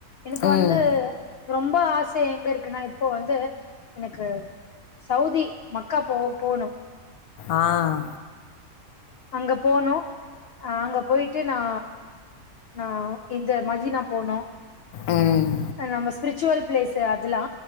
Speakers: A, on the left; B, on the left.
A: எனக்கு
B: ம்
A: வந்து ரொம்ப ஆசை எங்க இருக்குனா இப்போ வந்து எனக்கு சவுதி மக்கா போக போணு
B: ஆஹ்
A: அங்க போனோ அஹ் அங்க போய்ட்டு நா நா இந்த மஜினா போனோம்
B: ம்
A: நம்ம ஸ்பிரிச்சுவல் ப்ளேஸ் அதுல்லா